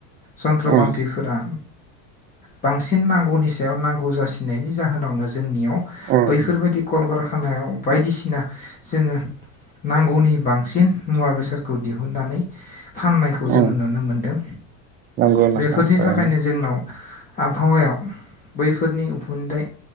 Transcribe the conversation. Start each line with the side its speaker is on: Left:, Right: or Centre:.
Left: चन्त्रपान्थिफोरा
Right: उम
Left: बांसिन नांगौनि सायाव नांगौ जासिनायनि जाहोनावनो जोंनियाव
Right: उम
Left: बैफोरबायदि कलकार याव बायदिसिना जोङो नांगौनि बांसिन मुवा बेसादखौ दिहुनन्नानै फाननायखौ जोङो
Right: उम
Left: नुनो मोनदों
Right: नंगौ नोंथां
Left: बेफोरनि
Right: थारैनो
Left: थाखायनो जोंनाव आबहावायाव बैफोरनि उखुन्दै